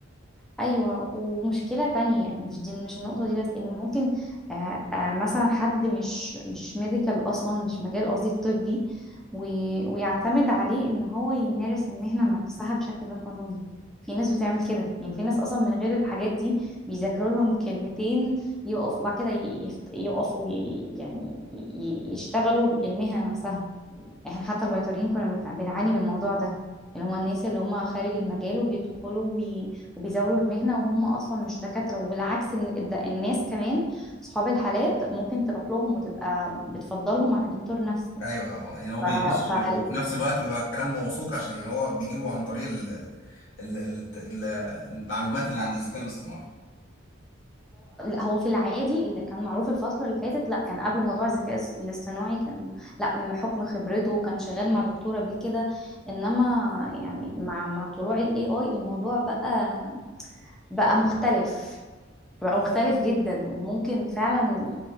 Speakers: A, in the centre; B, on the left.
A: ايوه ومشكله تانية يعني مش دي مش النقطه دي بس ان ممكن آه آه مثلا حد مش مش ميديكال اصلا مش مجال قصدي الطبي وي- ويعتمد عليه ان هو يمارس المهنه نفسها بشكل غير قانوني في ناس بتعمل كده يعني في ناس اصلا من غير الحاجات دي بيذاكروا لهم كلمتين يقف وبعد كده يفت- يقفوا وي- يعني ي- ي- يشتغلوا المهنه نفسها احنا حتى البيطريين كنا بنتع- بنعاني من الموضوع ده اللي هما الناس اللي هما خارج المجال وبيدخلوا وبيزاولوا المهنة وهم أصلا مش دكاترة وبالعكس إن- الد- الناس كمان صحاب الحالات ممكن تروح لهم وتبقى بتفضلهم عن الدكتور نفسه
B: ايوه هو- يعني هو
A: فهو
B: بيغش وفي نفس الوقت بيبقى كلامه موثوق عشان هو بيجيبه عن طريق ال ال ال ال المعلومات اللي عند الذكاء الاصطناعي
A: هو في العادي اللي كان معروف الفترة اللي فاتت لا كان قبل موضوع الذكاء الس- الاصطناعي كان لا من حكم خبرته كان شغال مع دكتور قبل كده انما يعني مع مع طلوع الاي اي الموضوع بقى بقى مختلف بقى مختلف جدا وممكن فعلا